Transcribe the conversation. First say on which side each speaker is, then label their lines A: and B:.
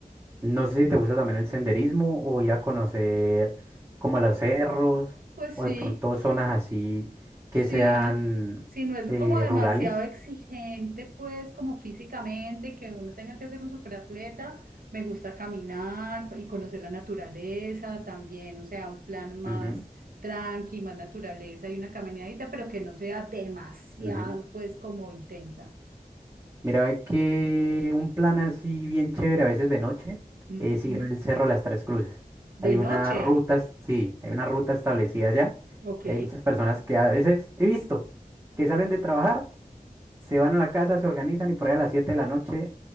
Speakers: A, on the right (about 20°); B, on the right (about 75°).
A: No sé si te gusta también el senderismo o ir a conocer como los cerros
B: Pues
A: o
B: sí.
A: de pronto zonas así que
B: Sí,
A: sean
B: si no es
A: eh,
B: como demasiado
A: rurales.
B: exigente, pues como físicamente, que uno tenga que ser un superatleta, me gusta caminar y conocer la naturaleza también, o sea, un plan más
A: Ujú.
B: tranqui, más naturaleza y una caminadita, pero que no sea demasiado,
A: Ujú.
B: pues como intensa.
A: Mira, ve que un plan así bien chévere a veces de noche
B: Ujú.
A: es ir al Cerro de las Tres Cruces.
B: De
A: Hay una
B: noche,
A: ruta, es- sí, hay una ruta establecida ya
B: ok,
A: y hay muchas personas que a veces he visto que salen de trabajar, se van a la casa, se organizan y por ahí a las 7 de la noche